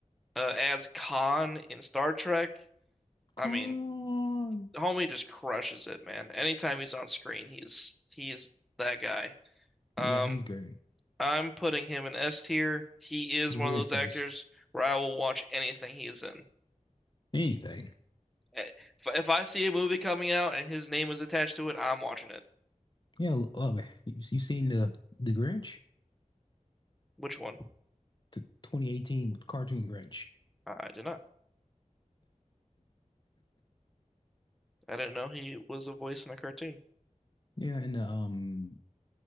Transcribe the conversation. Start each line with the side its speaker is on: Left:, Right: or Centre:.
Centre: uh, as Khan in Star Trek.
Left: Come
Centre: I mean,
Left: on,
Centre: homie just crushes it, man. Anytime he's on screen, he's he's that guy. Um,
Left: Yeah, he's great.
Centre: I'm putting him in S tier. He is
Left: His
Centre: one
Left: weird
Centre: of those
Left: face.
Centre: actors where I will watch anything he is in.
Left: Anything.
Centre: Eh, If, if I see a movie coming out and his name is attached to it, I'm watching it.
Left: Yeah, love it. You, you seen the the Grinch?
Centre: Which one?
Left: The 2018 cartoon Grinch.
Centre: I did not. I didn't know he was a voice in a cartoon.
Left: Yeah, and the um